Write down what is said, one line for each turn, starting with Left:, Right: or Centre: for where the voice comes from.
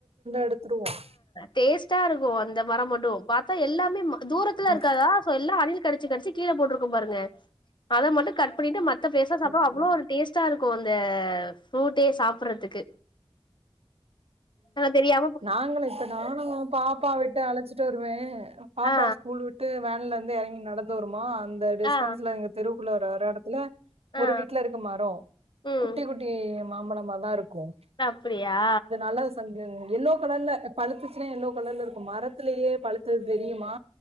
Right: எடுத்துறுவோம்
Left: டேஸ்ட்டா இருக்கும் அந்த மரோ மட்டும் பாத்தா எல்லாமே ம தூரத்துல இருக்காதா
Right: ம்
Left: சோ எல்லா அணில் கடிச் கடிச்சி கடிச்சி கீழ போட்ருக்கூம் பாருங்க அத மட்டும் கட் பண்ணிட்டு மத்த பெருசா சாப்ட்டா
Right: ம்
Left: அவ்வளோவு ஒரு டேஸ்ட்டா இருக்கும் அந்த ஃப்ரூட்டே சாப்புறதுக்கு ஆன தெரியா
Right: நாங்களும் இத்த நாலும் பாப்பா விட்டு அலச்சிட்டு வருவன் பாப்பா
Left: ஆ
Right: ஸ்கூல் விட்டு விட்டு வேன்லருந்து எறங்கி நடந்து வரும அந்த டிஸ்டன்ஸ்ல
Left: ஆ
Right: எங்க தெருவுக்குள்ள ஒரு வர எடத்துல
Left: ஆ
Right: ஒரு வீட்லருக்கு மரோம்
Left: ம்
Right: குட்டி குட்டி மாம்பழமாதான் இருக்கும்
Left: அ அப்டியா?
Right: நல்லா சஞ்சு எல்லோ கலர்ல பழுத்துச்சுனா எல்லோ கலர்ல் இருக்கும் மரத்திலயே பழுத்தது தெரியுமா